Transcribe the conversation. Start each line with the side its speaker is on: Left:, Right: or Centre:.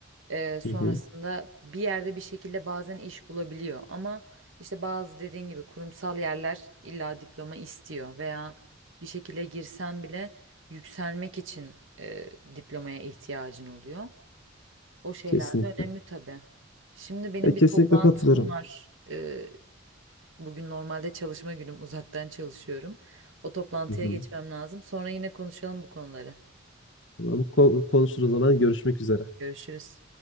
Right: Ee, sonrasında
Left: Hı hı.
Right: bir yerde bir şekilde bazen iş bulabiliyor ama işte bazı dediğin gibi kurumsal yerler illa diploma istiyor veya bir şekilde girsen bile yükselmek için e, diplomaya ihtiyacın oluyor. O şeyler
Left: Kesinlikle.
Right: de önemli tabii. Şimdi benim
Left: Ya
Right: bir
Left: kesinlikle
Right: toplantım
Left: katılıyorum.
Right: var. Ee, bugün normalde çalışma günüm, uzaktan çalışıyorum. O toplantıya
Left: Hı hı.
Right: geçmem lazım. Sonra yine konuşalım bu konuları.
Left: Tamam, ko- konuşuruz o zaman görüşmek üzere.
Right: Görüşürüz.